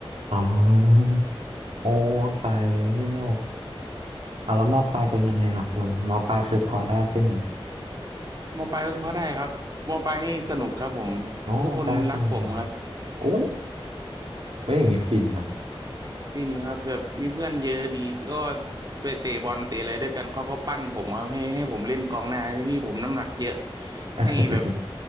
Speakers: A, on the right; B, on the right.
A: อ๋อโอ้ตายแล้วอ่ะแล้วมปลายเป็นยังไงอ่ะคุณมปลายคือพอได้ใช่ไหม
B: มปลายก็พอได้ครับมปลายนี่สนุกครับผม
A: โอ้มปลายสนุก
B: ทุกคนรักผมครับ
A: โอ้เฮ้ยอย่างงี้ฟินนะ
B: ปินครับแบบมีเพื่อนเยอะดีก็ไปเตะบอลเตะอะไรด้วยกันเขาก็ปั้นผมครับให้ให้ผมเล่นกองหน้าที่ผมน้ำหนักเยอะให้แบบ
A: <laughs>